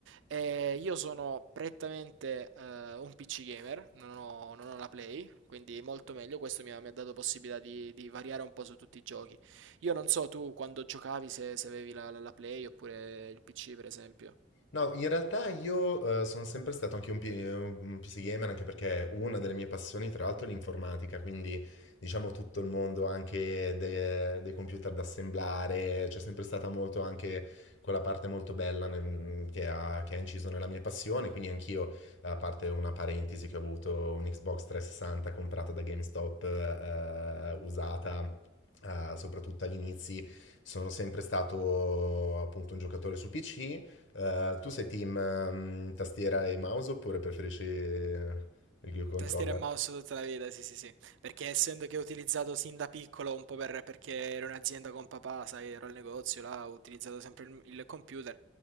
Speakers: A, on the right (about 75°); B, on the left (about 75°).
A: Eh, io sono prettamente eh, un PC gamer, non ho, non ho la Play, quindi molto meglio. Questo mi ha, mi ha dato possibilità di, di variare un po' su tutti i giochi. Io non so tu quando giocavi se, se avevi la, la- la Play oppure il PC, per esempio.
B: No, in realtà io eh, sono sempre stato anche un, P- un PC gamer, anche perché una delle mie passioni, tra l'altro, è l'informatica, quindi diciamo tutto il mondo anche de- dei computer da assemblare, c'è sempre stata molto anche quella parte molto bella nel- che ha, che ha inciso nella mia passione, quindi anch'io, a parte una parentesi che ho avuto un Xbox 360 comprata da GameStop, eh, usata eh, soprattutto agli inizi, sono sempre stato appunto un giocatore su PC. Eh, tu sei team ehm, tastiera e mouse oppure preferisci eh, il controller?
A: Tastiera e mouse tutta la vita, sì, sì, sì. Perché essendo che ho utilizzato sin da piccolo, un po' per, perché ero in azienda con papà, sai, ero al negozio, là, ho utilizzato sempre il, il computer,